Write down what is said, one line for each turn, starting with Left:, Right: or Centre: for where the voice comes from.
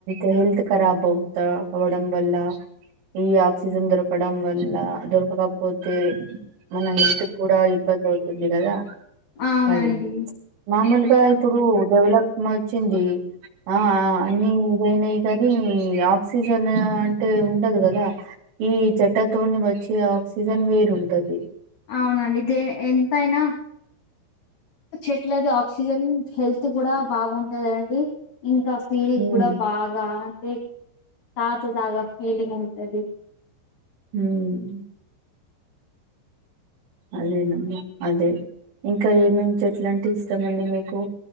Right: అ హెల్త్ కారాబావుతా అవ్వడంవాళ్ళ ఈ ఆక్సిజన్ దొరకడం వల్ల దొరకకపోతే మన హె తుకూడా ఇబ్బంది అవుతుంది కదా
Left: అవునండి
Right: అది మామూలుగా ఇప్పుడు డెవలప్ వచ్చింది ఆ అన్ని ఏదైనా కానీ ఆక్సిజన్ అంటే ఉండదు కదా ఈ చెట్టాతోని వచ్చి సీజన్ వేరుంటాది
Left: అవునండి దే ఎంతయినా చెట్లేది ఆక్సిజన్ హెల్త్ కూడా బాగుంటుందండి ఇ క ఫీల్
Right: ఉమ్
Left: కూడా బాగా అంటే తాజాదాగా ఫీలింగ్ ఉంటది
Right: ఉమ్మ్ అదేనమ్మ అదే ఇంకా ఏమేమి చెట్ల అంటే ఇష్టమండి మీకు